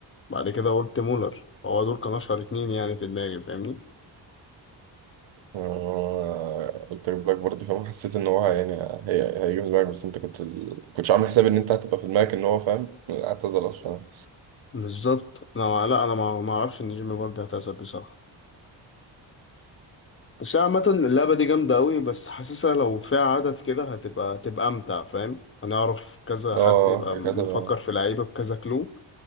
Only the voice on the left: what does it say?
بعد كده قلت مولر هو دول كانوا اشهر اتنين يعني في دماغي فاهمني
بالظبط انا ما- لا انا ما ما اعرفش ان جيمي برضه هتعزل بصراحه بس هي عامه اللعبه دي جامده قوي بس حاسسها لو فيها عدد كده هتبقى هتبقى امتع فاهم هنعرف كذا
حد يبقى
مفكر
في لعيبه بكذا كلو